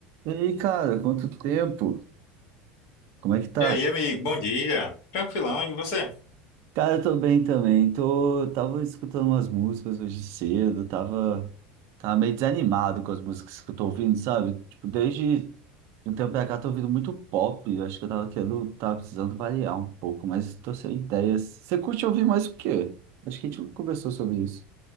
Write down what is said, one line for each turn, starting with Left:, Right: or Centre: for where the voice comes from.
Right: E aí, cara, quanto tempo? Como é que tá?
Left: E aí, amigo, bom dia. Tranquilão, e você?
Right: Cara, eu tô bem também. Tô, tava escutando umas músicas hoje cedo, tava, tava meio desanimado com as músicas que eu tô ouvindo, sabe? Tipo, desde um tempo pra cá tô ouvindo muito pop. Eu acho que eu tava querendo, tava precisando variar um pouco, mas tô sem ideias. Você curte ouvir mais o quê? Acho que a gente conversou sobre isso.